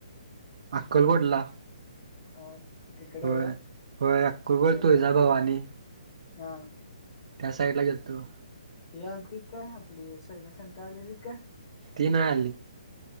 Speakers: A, on the right; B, on the left.
A: अक्कलकोटला
B: हा, तिकडे
A: व्हय,
B: होय
A: व्हय, अक्कलकोट,
B: कसं
A: तुळजाभवानी
B: हा
A: त्या साइडला गेलतो
B: यादबीद काय आपली सैमा, शन्क्या आलेलीत काय
A: ती नाय आली